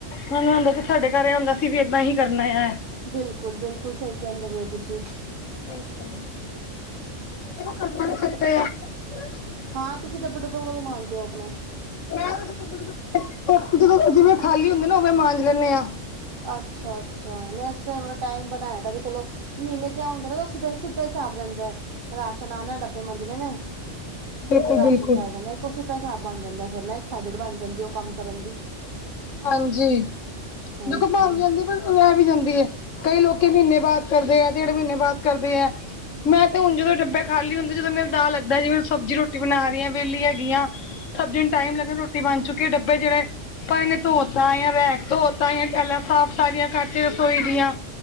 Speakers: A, on the left; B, on the right.
A: ਮੈਨੂੰ ਆਉਂਦਾ ਕਿ ਸਾਡੇ ਘਰ ਐ ਹੂੰਦਾ ਸੀ ਵੀ ਅਪਾ ਹੀ ਕਰਨਾ ਹੈ।
B: ਬਿਲਕੁਲ ਬਿਲਕੁਲ ਸਹੀ ਕਹਿੰਦੇ ਪਏ ਹੋ ਤੁਸੀਂ।
A: ਬਿਲਕੁਲ। <unintelligible>
B: ਹਾਂ ਤੁਸੀਂ ਡੱਬੇ ਡੱਬੇ ਕਦੋਂ ਮਾਜਦੇ ਹੋ ਆਪਣੇ?
A: ਮੈਂ ਜਿਵੇਂ ਖਾਲੀ ਹੁੰਦੀ ਨਾ ਉਦੋ ਮਾਂਜ ਲੈਂਦੇ ਆ।
B: ਅੱਛਾ ਅੱਛਾ ਨਹੀਂ ਅਸੀਂ ਤਾਂ ਆਪਣਾ ਟਾਈਮ ਬਣਾਆ ਦਾ ਕਿ ਚਲੋ ਮਹੀਨੇ ਤੇ ਇਹ ਹੁੰਦਾ ਨਾ ਉਹ ਸਿੱਧੇ ਸਿੱਧੇ ਹਿਸਾਬ ਰਹਿੰਦੇ ਆ ਰਾਸ਼ਨ ਆਉਂਦਾ ਡੱਬੇ ਮਾਂਜਣੇ ਨੇ।
A: ਬਿਲਕੁਲ
B: ਤੇ ਫਿਰ ਰਾਸ਼ਨ
A: ਬਿਲਕੁਲ
B: ਪੈ ਜਾਂਦਾ ਇੱਕ ਉਹ ਸਿੱਧਾ ਹਿਸਾਬ ਬਣ ਜਾਂਦਾ ਫਿਰ ਨਾ ਇੱਕ ਹੈਬਿਟ ਬਣ ਜਾਂਦੀ ਉਹ ਕੰਮ ਕਰਨ ਦੀ।
A: ਹਾਂਜੀ
B: ਹਾਂਜੀ
A: ਦੇਖੋ ਭਾਫ਼ ਵੀ ਜਾਂਦੀ ਪਰ ਰਹਿ ਵੀ ਜਾਂਦੀ ਹੈ ਕਈ ਲੋਕੀ ਮਹੀਨੇ ਬਾਅਦ। ਕਰਦੇ ਹੈ ਡੇਢ ਮਹੀਨੇ ਬਾਅਦ ਕਰਦੇ ਹੈ ਮੈਂ ਤੇ ਹੁਣ ਜਦੋਂ ਡੱਬੇ ਖਾਲੀ ਹੁੰਦੇ ਜਦੋਂ ਮੇਰੀ ਦਾਲ। ਹੁੰਦਾ ਜਿਵੇਂ ਸਬਜ਼ੀ ਰੋਟੀ ਬਣਾ ਰਹੀ ਹਾਂ ਵਿਹਲੀ ਹੈਗੀਆਂ ਸਬਜ਼ੀ ਨੂੰ ਟਾਈਮ ਲੱਗਦਾ ਰੋਟੀ। ਬਣ ਚੁੱਕੀ ਹੈ ਡੱਬੇ ਜਿਹੜੇ ਪਏ ਨੇ। ਧੋ ਤਾ ਹੈ ਜਾਂ ਧੋ ਤਾਂ ਟੈਲਾ ਸਾਫ਼ ਸਾਰਿਆਂ ਕਰਤਿਆ ਹੈ। ਧੋਈਦੀਆ